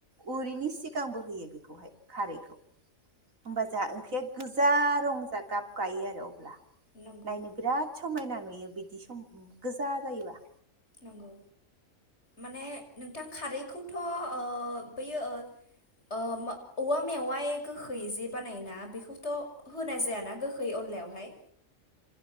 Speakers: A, on the right; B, on the left.
A: उरिनि सिगांबो होयो बेखौहाय खारैखौ होमबा जोंहा ओंख्रिया गोजा रं जा गाब गायो आरो औ अब्ला
B: नंगौ
A: नायनो बिराद समायना नुयो। बियो <unintelligible> बिदि सम गोजा जायोबा
B: नंगौ माने नोंथां खारैखौथ' ओ बैयो ओ ओ औवा मेवाय गोखै जे बानायोना बेखौथ' होनाय जायाना गोखै अनलायावहाय।